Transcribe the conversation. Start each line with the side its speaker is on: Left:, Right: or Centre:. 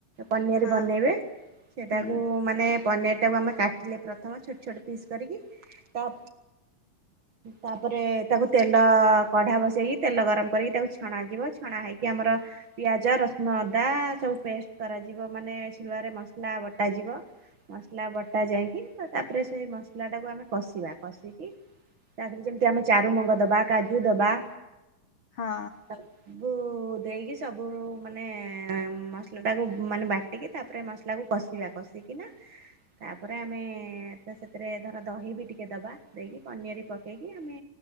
Right: ପନିର
Left: ହଁ
Right: ବନେଇବେ ସେଟାକୁ।
Left: ହୁଁ
Right: ମାନେ ପନିରଟାକୁ ଆମେ କାଟିଲେ ପ୍ରଥମେ ଛୋଟ ଛୋଟ ପିସ୍ କରିକି ତା। ତାପରେ ତାକୁ ତେଲ କଢା ବସେଇକି ତେଲ ଗରମ କରିକି ତାକୁ ଛଣା ଯିବ ଛଣା ହେଇକି ଆମର। ପିଆଜ ରସୁଣ ଅଦା ସବୁ ପେଷ୍ଟ କରାଯିବ ମାନେ ଶିଳରେ ମସଲା ବଟାଯିବ। ମସଲା ବଟା ଯାଇକି ତ ତାପରେ ସେଇ ମସଲାଟାକୁ ଆମେ କଷିବା କଷିକି। ତାପରେ ଯେମିତି ଆମେ ଚାରୁମଗଜ ଦବା କାଜୁ ଦବା।
Left: ହଁ।
Right: ତାକୁ। ଦେଇକି ସବୁ ମାନେ ମସଲାଟାକୁ ମାନେ ବାଟିକି ତାପରେ ମସଲାକୁ କଷିବା କଷିକି। କିନା ତାପରେ ଆମେ ସେଥିରେ ଧର ଦହି ବି ଟିକେ ଦେବା ଦେଇକି ପନିର ପ ପକେଇକି ଆମେ